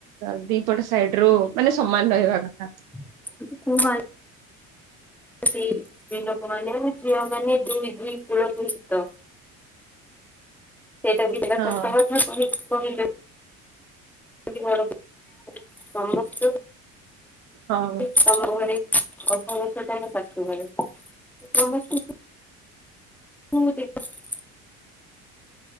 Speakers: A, on the right; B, in the centre.
A: ହଁ ଦିପଟ ସାଇଡ ରୁ ମାନେ ସମାନ ରହିବା କଥା।
B: <unintelligible> ସ୍ତ୍ରୀ ସ୍ତ୍ରୀଲୋକମାନେ ଝିଅମାନେ ଦୁଇ ଦୁଇ କୂଳକୁ ହୀତ। ସେଇଟା ଦଟା
A: ହଁ
B: ସଙ୍କ କଥା କହି କହିଲ। ର ସମସ୍ତ।
A: ହଁ।
B: <unintelligible> <unintelligible>